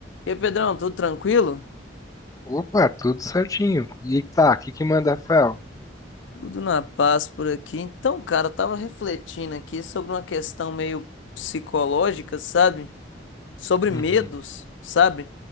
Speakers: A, on the left; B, on the left.
A: E aí, Pedrão, tudo tranquilo?
B: Opa, tudo certinho. E tá, o que que manda, Rafael?
A: Tudo na paz por aqui. Então, cara, eu tava refletindo aqui sobre uma questão meio psicológica, sabe? Sobre
B: Uhum,
A: medos, sabe?